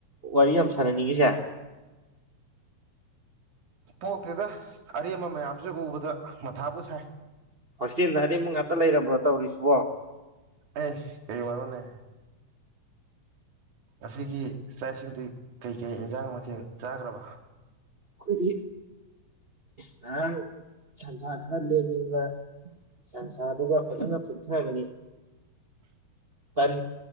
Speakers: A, on the right (about 40°); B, on the right (about 80°).
A: ꯋꯥꯔꯤ ꯌꯥꯝ ꯁꯥꯥꯟꯅꯅꯤꯡꯉꯤꯁꯦ
B: ꯄꯣꯛꯇꯦꯗ ꯑꯔꯦꯝꯕ ꯃꯌꯥꯝꯁꯦ ꯎꯕꯗ ꯃꯊꯥꯕꯨ ꯁꯥꯏ
A: ꯍꯣꯁꯇꯦꯜꯅ ꯑꯔꯤꯕꯃ ꯉꯥꯛꯇ ꯂꯩꯔꯕ꯭ꯔꯣ ꯇꯧꯔꯤꯁꯤꯕꯣ
B: ꯑꯦꯁ ꯀꯩ ꯋꯥꯂꯅꯦ꯫ ꯑꯁꯤꯒꯤ ꯆꯥꯛꯁꯤꯡꯗꯤ ꯀꯩꯀꯩ ꯏꯟꯁꯥꯡ ꯃꯊꯦꯜ ꯆꯥꯈ꯭ꯔꯕ꯫
A: ꯈꯨꯗꯤ꯫ ꯉꯔꯥꯡ ꯁꯟꯁꯥ ꯈꯔ ꯂꯦꯝꯅꯤꯡꯕ ꯁꯟꯁꯥꯗꯨꯒ ꯐꯖꯅ ꯄꯨꯞꯊꯕꯅꯤ ꯇꯟ